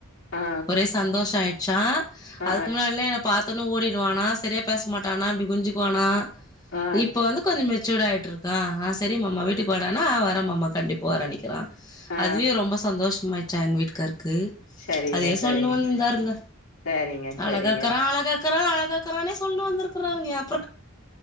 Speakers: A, on the left; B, on the left.
A: ஆ
B: ஒரே சந்தோஷோ ஆயிடுச்சா
A: ஆ
B: அதுக்கு முன்னாட்லா என்ன பாத்தோன்னே ஓடிடுவானா செரியா பேச பேச மாட்டானா இப்டி குனுஞ்சுக்குவானா
A: ஆ
B: இப்ப வந்து கொஞ்சோ மெச்சூட் ஆயிட்டு இருக் கிறா அ செரி மாமா வீட்டுக்கு வாடானா வரேம் மாமா கண்டிப்பா வர நிக்கிறா
A: ஆ
B: அதுவே ரொம்ப சந்தோஷமாயிடுச்சா எங்க வீட்டுக்காரருக்கு
A: சரிங்க
B: அதைதே
A: சரிங்க
B: சொல்ணு வந்து இருந்தாருங்க
A: சரிங்க சரிங்க
B: அழகாக்கிறா அழகா க்கிறா அழகாக்கிறான்னே சொல்ண்னு வந்திருக்கறாங்க எப்